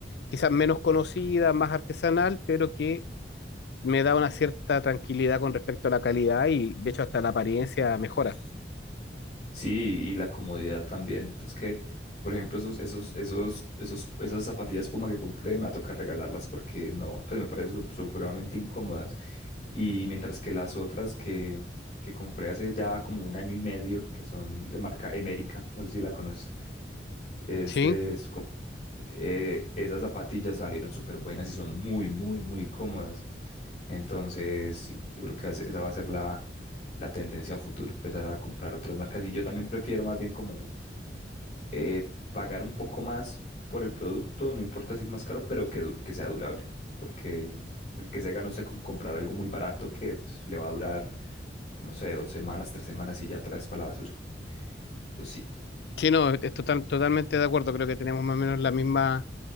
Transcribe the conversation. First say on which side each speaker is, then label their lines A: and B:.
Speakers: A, on the left; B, on the left.
A: quizás menos conocida, más artesanal, pero que me da una cierta tranquilidad con respecto a la calidad y de hecho hasta la apariencia mejora.
B: Sí, y la comodidad también. Es que, por ejemplo, esos, esos, esos, esos, esas zapatillas Puma que compré me va a tocar regalarlas porque no, pues me parecen sup- supremamente incómodas. Y mientras que las otras que, que compré hace ya como un año y medio, que son de marca Emérica, no sé si la conoces, es
A: Sí,
B: de, eh, esas zapatillas salieron súper buenas y son muy, muy, muy cómodas. Entonces, sí, yo creo que esa esa va a ser la, la tendencia a futuro, empezar a comprar otras marcas. Y yo también prefiero más bien como eh, pagar un poco más por el producto, no importa si es más caro, pero que, du- que sea durable. Porque, porque que se gana usted con comprar algo muy barato que pues, le va a durar, no sé, dos semanas, tres semanas y ya traes para la basura. Eso sí.
A: sí, no, es total- totalmente de acuerdo. Creo que tenemos más o menos la misma,